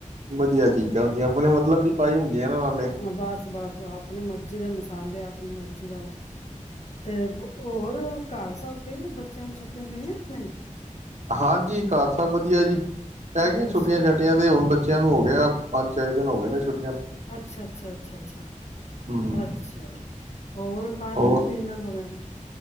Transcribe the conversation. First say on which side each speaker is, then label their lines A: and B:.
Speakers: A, on the right (about 60°); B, on the left (about 55°).
A: ਵਧੀਆ ਚੀਜ਼ਾਂ ਹੁੰਦੀਆਂ ਆਪਣੇ ਮਤਲਬ ਦੀ ਪਾਈ ਹੁੰਦੀ ਐ ਨਾ ਨਾਲ
B: ਹਾਂ ਬਸ ਬਸ ਬੱਸ ਆਪਣੇ ਮਰਜੀ ਦੇ ਮਸਾਲੇ ਆਪਣੀ ਮਰਜੀ ਦਾ ਓਹ ਤੇ ਹੋਰ ਘਰ ਸਭ ਤੇਰੇ ਬੱਚਿਆਂ ਨੂੰ ਛੱਟੀਆਂ ਪਈਆਂ ਨਹੀਂ
A: ਹਾਂਜੀ ਘਰ ਸਭ ਵਧੀਆ ਜੀ ਪਹਿ
B: ਅੱਛਾ
A: ਗੀਆਂ ਛੁਟੀਆਂ
B: ਅੱਛਾ
A: ਛਟੀਆਂ ਤੇ ਹੁਣ ਬੱਚਿਆਂ ਨੂੰ ਹੋ ਗਿਆ ਪੰਜ ਛੇ ਦਿਨ ਹੋ ਗਏ ਨੇ ਛੁੱਟੀ
B: ਅੱਛਾ ਅੱਛਾ ਅੱਛਾ ਅੱਛਾ
A: ਹਮ
B: ਅੱਛਾ ਹੋਰ ਕਰ
A: ਹੋਰ
B: ਲ ਡਿਨਰ ਵਗੈਰਾ